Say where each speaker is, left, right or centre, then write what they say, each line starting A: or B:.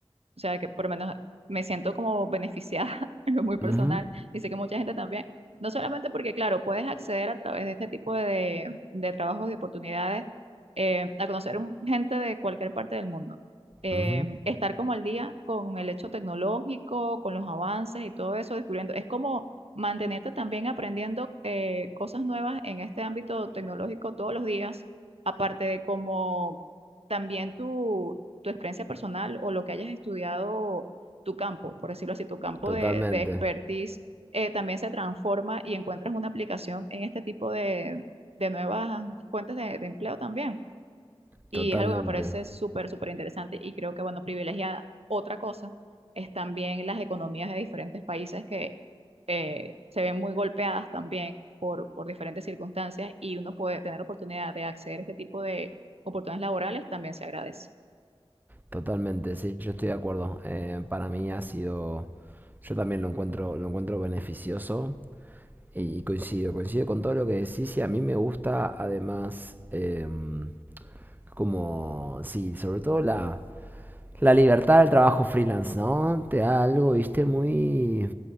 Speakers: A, on the right; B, on the right.
A: o sea, que por lo menos me siento como beneficiada <laughs> en lo muy personal
B: Ujú,
A: y sé que mucha gente también. No solamente porque, claro, puedes acceder a través de este tipo de, de trabajos, de oportunidades, eh, a conocer un- gente de cualquier parte del mundo. Eh,
B: ujú.
A: estar como al día con el hecho tecnológico, con los avances y todo eso, descubriendo. Es como mantenerte también aprendiendo eh, cosas nuevas en este ámbito tecnológico todos los días, aparte de como también tu, tu experiencia personal o lo que hayas estudiado, tu campo, por decirlo así, tu campo
B: Totalmente,
A: de, de expertise, eh, también se transforma y encuentras una aplicación en este tipo de, de nuevas fuentes de, de empleo también. Y
B: totalmente.
A: es algo que me parece súper, súper interesante y creo que, bueno, privilegiada. Otra cosa es también las economías de diferentes países que eh, se ven muy golpeadas también por, por diferentes circunstancias y uno puede tener oportunidad de acceder a este tipo de oportunidades laborales, también se agradece.
B: Totalmente, sí, yo estoy de acuerdo. Eh, para mí ha sido, yo también lo encuentro, lo encuentro beneficioso y coincido, coincido con todo lo que decís y a mí me gusta además em, como, sí, sobre todo la, la libertad del trabajo freelance, ¿no? Te da algo, viste, muy,